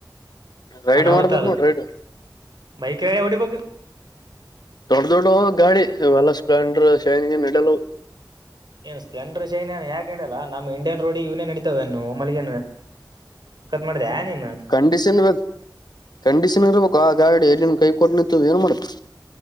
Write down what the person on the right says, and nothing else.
ಅನ್ನಾವತದ
ಬೈಕ ರ ಎವಿ ಬ
ಏನ್ ಸ್ಪ್ಲೆಂಡರ್ ಶೈನ್ ಏನ್ ಹಾಕಂಡಲ್ಲಾ ನಮ್ಮ್ ಇಂಡಿಯನ್ ರೋಡ್ ಯೂನಿಯನ್ ಇಡಿತತಾವಏಮ್ಮಗ ಮಾಡ ನೀ <unintelligible>